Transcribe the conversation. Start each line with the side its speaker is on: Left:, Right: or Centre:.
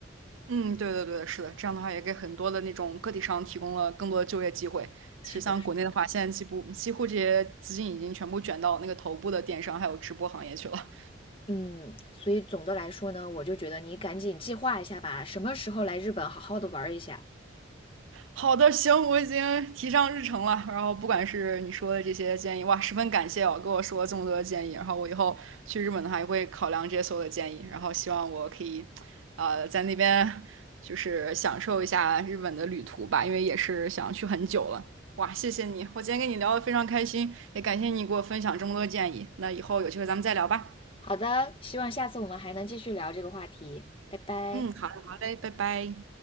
Right: 嗯，对对对，是的，这样的话也给很多的那种个体商提供了更多的就业机会。
Left: 是的，
Right: 其实像国内的话，
Left: 是的。
Right: 现在几乎几乎这些资金已经全部卷到那个头部的电商还有直播行业去了。
Left: 嗯，所以总的来说呢，我就觉得你赶紧计划一下吧，什么时候来日本好好的玩一下。
Right: 好的，行，我已经提上日程了。然后不管是你说的这些建议，哇，十分感谢哦，跟我说了这么多的建议。然后我以后去日本的话，也会考量这些所有的建议。然后希望我可以，呃，在那边就是享受一下日本的旅途吧，因为也是想去很久了。哇，谢谢你，我今天跟你聊的非常开心，也感谢你给我分享这么多建议。那以后有机会咱们再聊吧。
Left: 好的，希望下次我们还能继续聊这个话题。拜拜。
Right: 嗯，好嘞，好嘞，拜拜。